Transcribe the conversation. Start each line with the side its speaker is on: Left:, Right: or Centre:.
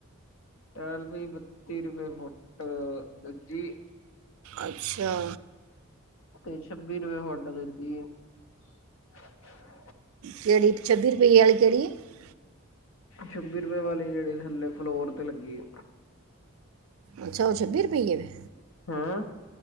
Left: ਟੈਲ ਪਈ ਬਤੀ ਰੁਪਏ ਫੁਟ ਜੀ।
Right: ਅੱਛਾ
Left: ਤੇ ਛੱਬੀ ਰੁਪਏ <unintelligible>
Right: ਕਿਹੜੀ ਛੱਬੀ ਰੁਪਈਏ ਵਾਲੀ ਕਿਹੜੀ। ਹੈ
Left: ਛੱਬੀ ਰੁਪਏ ਵਾਲੀ ਜਿਹੜੀ ਥੱਲੇ ਫਲੋਰ ਤੇ ਲੱਗੀ ਏ।
Right: ਅੱਛਾ ਉਹ ਛੱਬੀ ਰੁਪਈਏ ਵੇ।
Left: ਹੈਂ